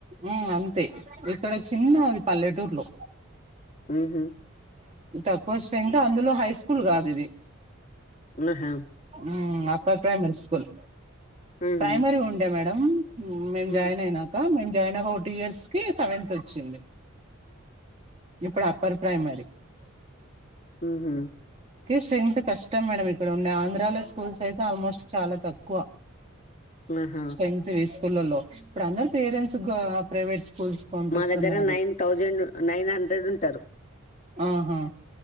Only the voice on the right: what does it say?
ఆ అంతే ఇక్కడ చిన్న అది పల్లెటూరులో
తక్కువ స్ట్రింగ్త్ అందులో హై స్కూల్ కాదు ఇది
హ్మ్మ్ అప్పర్ ప్రైమరీ స్కూల్
ప్రైమరీ ఉండే మేడం హ్మ్మ్
జాయిన్ అయినాక మేము జాయిన్ అ ఒక టూ ఇయర్స్ కి సెవెంత్ వచ్చింది ఇప్పుడు అప్పర్ ప్రైమరీ
స్ట్రింగ్త్ కష్టం మేడం ఇక్కడ ఉండే ఆంధ్రాలో స్కూల్స్ అయితే ఆల్మోస్ట్ చాలా తక్కువ
స్ట్రెంగ్త్ స్కూళ్లలో ఇప్పుడు అందరు పేరెంట్స్ ప్రైవేట్ స్కూల్స్ పంపిస్తున్నారు
ఆహా